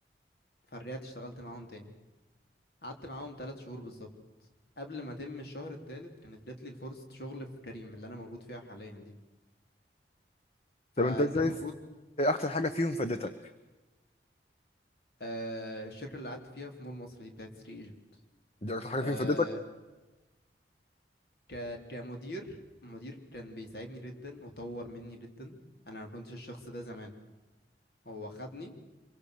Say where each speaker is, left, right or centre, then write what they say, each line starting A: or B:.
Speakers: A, on the left; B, on the left.
A: فرجعت اشتغلت معاهم تاني قعدت معاهم تلات شهور بالظبط قبل ما اتم الشهر التالت كانت جات لي فرصة شغل في كريم اللي انا موجود فيها حاليا دي فانت
B: طب انت شايف
A: المفروض
B: ايه اكتر حاجه فيهم فادتك
A: آه الشركة اللي قعدت فيها في مول مصر دي بتاعت سري ايجيبت
B: دي اكتر حاجه فيهم
A: آه
B: فادتك
A: ك كمدير مدير كان بيساعدني جدا وطور مني جدا انا ما كنتش الشخص ده زمان هو خدني